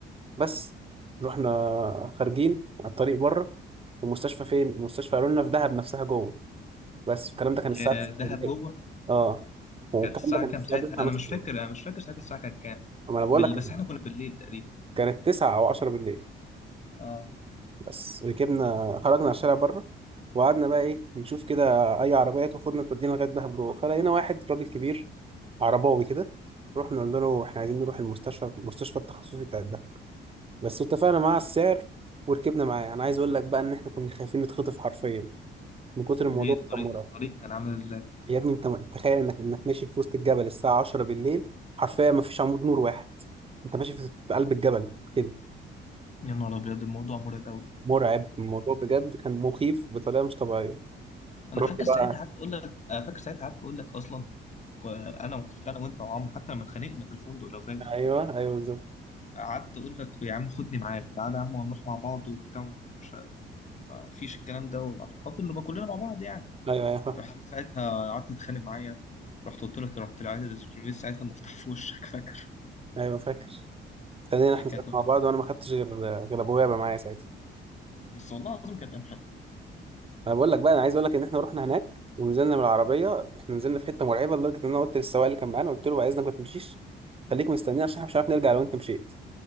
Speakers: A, on the right; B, on the left.
A: بس رحنا خارجين على الطريق بره المستشفى فين المستشفى قالوا لنا في دهب نفسها جوه بس الكلام ده كان
B: يا
A: الساعة 9
B: دهب
A: بالليل
B: جوه
A: اه والكلام
B: كانت الساعة
A: ده كان
B: كام
A: الساعة
B: ساعتها
A: 9 مثلا
B: أنا مش فاكر أنا مش فاكر ساعتها الساعة كانت كام
A: ما انا بقول
B: بال...
A: لك كان-
B: بس إحنا كنا بالليل تقريبا
A: كانت 9 او 10 بالليل
B: اه
A: بس ركبنا خرجنا على الشارع بره وقعدنا بقى ايه نشوف كده اي عربية تاخدنا تودينا لغاية دهب جوه فلقينا واحد راجل كبير عرباوي كده رحنا قلنا له احنا عايزين نروح المستشفى المستشفى التخصصي بتاع الدهب بس اتفقنا معاه على السعر وركبنا معاه انا عايز اقول لك بقى ان احنا كنا خايفين نتخطف حرفيا من كتر الموضوع
B: ليه الطريق
A: كان مرعب
B: الطريق كان عامل إزاي
A: يا ابني انت تخيل انك انك ماشي في وسط الجبل الساعة 10 بالليل حرفيا ما فيش عمود نور واحد انت ماشي في في قلب الجبل كده
B: يا نهار ابيض الموضوع مرعب قوي
A: مرعب الموضوع بجد كان مخيف بطريقة مش طبيعية
B: انا
A: رحت
B: فاكر
A: بقى
B: ساعتها قعدت اقول لك انا فاكر ساعتها قعدت اقول لك اصلا كو- انا وكنت انا وانت وعمرو حتى لما اتخانقنا في الفندق لو فاكر
A: ايوه ايوه بالظبط
B: قعدت اقول لك يا عم خدني معاك تعالى يا عم وهنروح مع بعض وبتاع مش ما فيش الكلام ده وعشان خاطر نبقى كلنا مع بعض يعني
A: ايوه ايوه
B: رحت ساعتها قعدت تتخانق معايا رحت قلت لك رحت لعايز ساعتها المفتاح في وشك فاكر
A: ايوه فاكر خلينا احنا
B: كانت
A: ساعتنا مع بعض وانا ما خدتش غير غير ابويا بقى معايا ساعتها
B: بس والله العظيم كانت ايام حلوه
A: انا بقول لك بقى انا عايز اقول لك ان احنا رحنا هناك ونزلنا من العربية احنا نزلنا في حتة مرعبة لدرجة ان انا قلت للسواق اللي كان معانا قلت له بعد اذنك ما تمشيش خليك مستنيني عشان احنا مش عارف نرجع لو انت مشيت